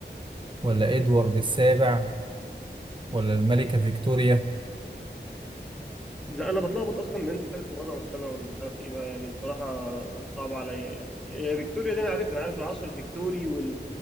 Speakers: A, on the right; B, in the centre.
A: ولا ادوارد السابع ولا الملكة فيكتوريا
B: لا أنا بتلخبط أصلا بين التالت والرابع والسابع والمش عارف إيه بقى يعني بصراحة صعب عليا يعني آه، فيكتوريا دي أنا عارفها أنا عارف العصر الفيكتوري وال...